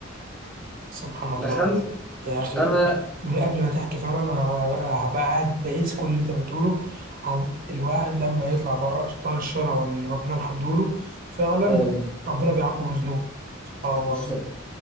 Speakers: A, on the right; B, in the centre.
A: سبحان الله
B: دخلت
A: يا اخي
B: أنا
A: من قبل ما تحكي فعلا انا هبقى هبقى قاعد بقيس كل اللي انت بتقوله عن الواحد لما يطلع بره اشطار الشرع اللي ربنا محدوله فعلا
B: أه والله
A: ربنا بيعاقبه بذنوبه سبحان الله
B: بالظبط